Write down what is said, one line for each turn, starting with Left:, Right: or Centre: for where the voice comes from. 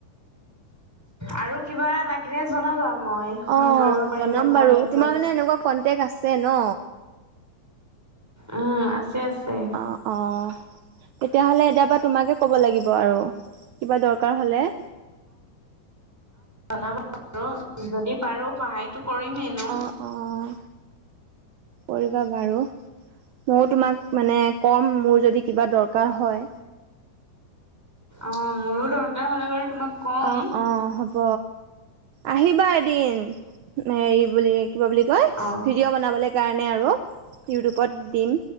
Centre: আৰু কিবা লাগিলে জনাবা? মই সহায়
Right: অ'
Centre: কৰিব পাৰিলে
Right: জনাম বাৰু
Centre: কৰিম
Right: তোমাৰ মানে এনেকুৱা কন প্ৰেক আছে ন
Centre: উম, আছে আছে।
Right: অ' অ' তেতিয়া হ'লে এতিয় পৰা তোমাকে ক'ব লাগিব আৰু কিবা দৰকাৰ হ'লে <unintelligible>
Centre: জনাব বাৰু যদি পাৰোঁ সহায়টো কৰিম এনেও।
Right: অ' অ' কৰিবা বাৰু, মইও তোমাক মানে কম মোৰ যদি কিবা দৰকাৰ হয়।
Centre: অ' মোৰো দৰকাৰ হ'লে বাৰু তোমাক ক'ম।
Right: অহ' অ' হ'ব আহিবা এদিন হেৰি বুলি কিবা বুলি কয়
Centre: অ'।
Right: ভিডিঅ' বনাবলৈ কাৰণে আৰু ইউটিউবত দিম